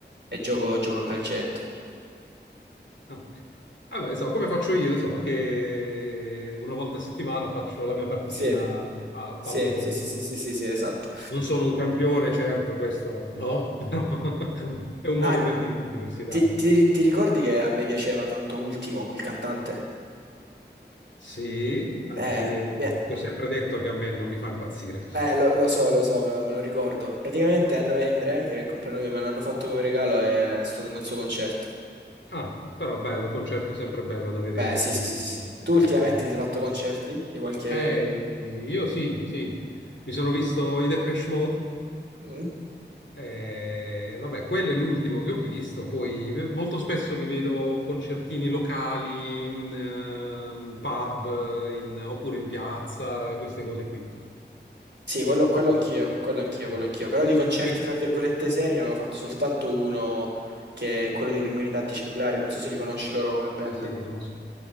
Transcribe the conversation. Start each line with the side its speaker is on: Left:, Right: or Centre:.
Right: e gioco gioco a calcetto.
Left: No. Vabbè, insomma, come faccio io, insomma, che una volta a settimana faccio la mia partitina
Right: Sì,
Left: a a
Right: sì,
Left: pallavolo.
Right: sì, sì, sì, sì, sì, sì, esatto.
Left: Non sono un campione, certo, questo no, <laughs> però è un
Right: Ah,
Left: modo per divertirsi, dai.
Right: ti, ti- ti ricordi che a me piaceva tanto Ultimo, il cantante?
Left: Sì, anche
Right: Eh,
Left: se io
Right: mi-
Left: ti ho sempre detto che a me non mi fa impazzire.
Right: eh, lo, lo so, lo so, me lo, me lo ricordo. Praticamente a novembre, che era il compleanno mio, me l'hanno fatto come regalo e sto andando al suo concerto.
Left: Ah, però bello, concerto sempre bello da vedere,
Right: Beh, sì,
Left: sì.
Right: sì,
Left: dai.
Right: sì, sì, sì. Tu ultimamente
Left: Eh,
Right: ti sei fatto concerti di qualche...
Left: eh, io sì, sì, mi sono visto i Depeche Mode
Right: Mm?
Left: Eh, vabbè, quello è l'ultimo che ho visto. Poi eh, molto spesso mi vedo concertini locali, in, ehm, pub, eh, in- oppure in piazza, queste cose qui.
Right: Sì,
Left: Che-
Right: quello, quello
Left: tu-
Right: anch'io, quello anch'io,
Left: eh,
Right: quello anch'io. Però di concerti,
Left: come-
Right: tra virgolette, seri ne avevo fatto soltanto uno, che è quello dei Pinguini Tattici Nucleari. Non so se li conosci loro come band.
Left: Sì, sì, riconosco.